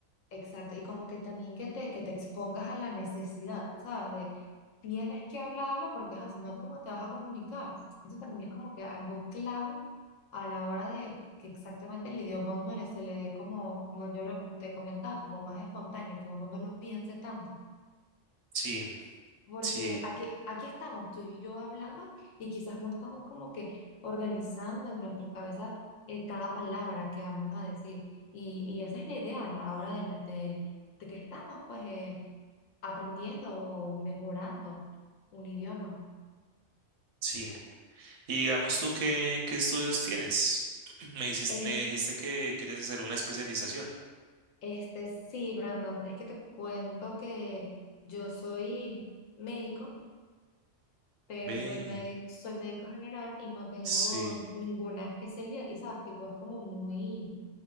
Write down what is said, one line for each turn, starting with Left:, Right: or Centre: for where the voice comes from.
Left: Exacto, y como que también que te, que te expongas a la necesidad, ¿sabes? De tienes que hablarlo porque ajá, si no, ¿cómo te vas a comunicar? Eso también es como que algo clave a la hora de que exactamente el idioma a uno le, se le dé como, como yo lo, como te comentaba, como más espontáneo, que uno no lo piense tanto.
Right: Sí,
Left: Porque
Right: sí,
Left: aquí, aquí estamos tú y yo hablando y quizás no estamos como que organizando en nuestra cabeza eh, cada palabra que vamos a decir. Y, y esa es la idea a la hora de, la- de, de que estamos pues eh, aprendiendo o mejorando un idioma.
Right: sí. Y digamos tú, ¿qué, qué estudios tienes? <clears throat> Me dijiste,
Left: Es,
Right: me dijiste que quieres hacer una especialización.
Left: este, sí, Brandon, es que te cuento que yo soy médico, pero
Right: Ve,
Left: soy, médico soy médico general y no tengo
Right: sí,
Left: ninguna especialidad, y sabes, tipo, es como muy...